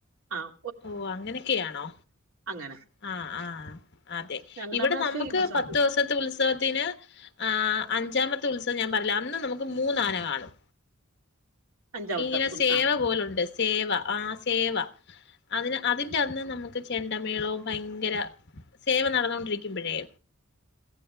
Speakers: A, on the right; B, on the left.
A: ആഹ്
B: ഓ അങ്ങനെയൊക്കെയാണോ
A: അങ്ങനെ
B: ആഹ് ആഹ് അതെ
A: ഞങ്ങ
B: ഇവിടെ
A: നമ്മളെ
B: നമുക്ക്
A: ഫേമസ് ആണ്
B: പത്ത്
A: ഇത്
B: ദിവസത്തെ ഉത്സവത്തിന് ആഹ് അഞ്ചാമത്തെ ഉത്സം ഞാൻ പറില്ല അന്ന് നമുക്ക് മൂന്നാന കാണും
A: അഞ്ചാമത്തെ
B: ഇങ്ങനെ
A: ഉൽ
B: സേവ
A: ആ
B: പോലുണ്ട് സേവ ആഹ് സേവ അതിന് അതിന്റെ അന്ന് നമ്മക്ക് ചെണ്ട മേളോ ഭയങ്കര സേവ നടന്നുകൊണ്ടിരിക്കുമ്പോഴേ